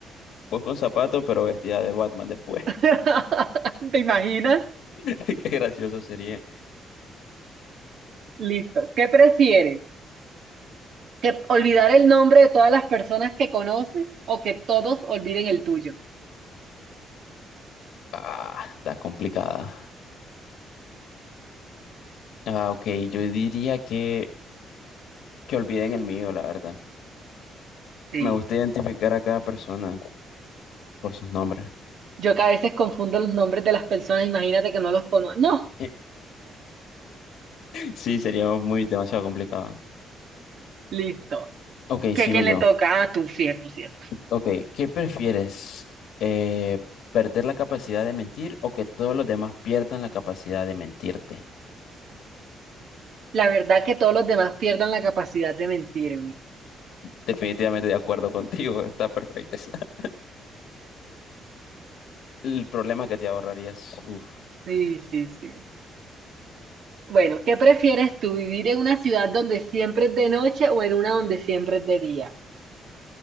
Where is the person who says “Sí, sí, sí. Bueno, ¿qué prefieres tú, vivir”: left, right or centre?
Right